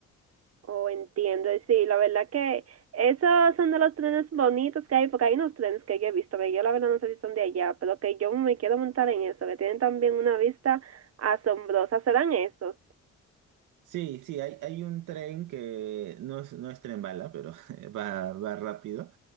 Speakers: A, on the right; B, on the right.
A: Oh, entiendo. Sí, la verdad que esos son de los trenes bonitos que hay, porque hay unos trenes que yo he visto, que yo la verdad no sé si son de allá, pero que yo me quiero montar en eso, que tienen también una vista asombrosa. ¿Serán esos?
B: Sí, sí, hay, hay un tren que no es, no es tren bala, pero <laughs> va, va rápido,